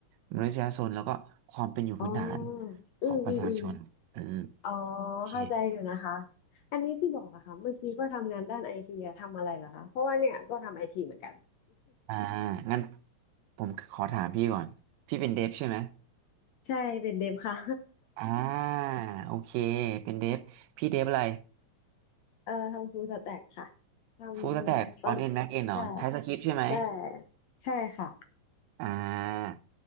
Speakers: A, on the right; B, on the left.
A: มนุษยชนแล้วก็ความเป็นอยู่พื้นฐาน
B: อ๋ออืมอืมอืม
A: ของประชาชนอืม
B: อ๋อ
A: โอเค
B: เข้าใจอยู่นะคะอันนี้ที่บอกอะค่ะเมื่อกี้ก็ทำงานด้านไอทีอะทำอะไรเหรอคะเพราะว่าเนี่ยก็ทำไอทีเหมือนกัน
A: อ่า งั้นผมขอถามพี่ก่อน พี่เป็นเดฟใช่ไหม
B: <laughs> ใช่เป็นเดฟค่ะ
A: อ่า โอเค เป็นเดฟพี่เดฟอะไร
B: <laughs> เออทำฟูลสแต็กค่ะทำตอน
A: ฟูลสแต็กฟอนต์เอ็นแม็กเอ็นเหรอ
B: ใช่
A: ไทป์สคริปต์ใช่ไหม
B: ใช่ใช่ค่ะ
A: อ่า